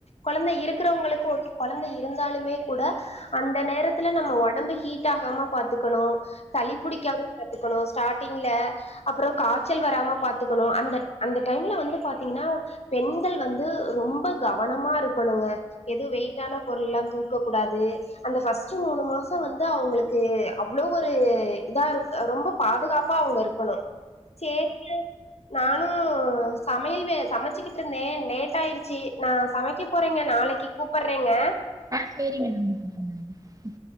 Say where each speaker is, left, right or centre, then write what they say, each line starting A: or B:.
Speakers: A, on the left; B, on the right.
A: கொழந்த இருக்கறவங்களுக்கு ஓகே கொழந்த இருந்தாலுமே கூட அந்த நேரத்துல நம்ம ஒடம்பு ஹீட் ஆகாம பாத்துக்கணும் சளிபுடிக்காம பாத்துக்கணும் ஸ்டார் டிங்ல அப்ரோ காய்ச்சல் வராம பாத்துக்கணும் அந்த அந்த டைம்ல வந்து பா்த்தீங்கன்னா பெண் ண்கள் வந்து ரொம்ப கவனமா இருக்கணுங்க எதோ வெயிட்டான பொருள் எல்லாம் தூக்க கூடாது அந்த பஸ்ட் மூணு மாசம் வந்து அவங்களுக்கு அவ்ளோ ஒரு இதா இருக் ரொம்ப பாதுகாப்பா அவங்க இருக்கணும் சேரிங்க நானும் சமையல்வே சமைச்சுக்கிட்டு இருந்தேன் லேட் ஆயிருச்சு நான் சமைக்க போறேங்க நா நாளைக்கு கூப்பறேங்க
B: ஆ செரிக <unintelligible>